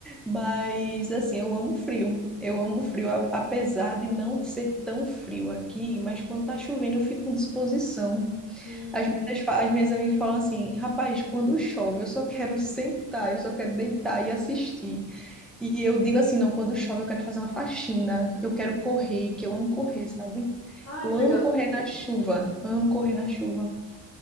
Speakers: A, in the centre; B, on the left (about 30°).
A: Mas assim, eu amo frio. Eu amo frio, a- apesar de não ser tão frio aqui, mas quando tá chovendo eu fico com disposição.
B: Hum,
A: As minhas, fa- as minhas amigas falam assim: rapaz, quando chove eu só quero sentar, eu só quero deitar e assistir. E eu digo assim: não, quando chove eu quero fazer uma faxina, eu quero correr, que eu amo correr, sabe?
B: Ah,
A: Eu
B: que
A: amo
B: legal.
A: correr na chuva, amo correr na chuva.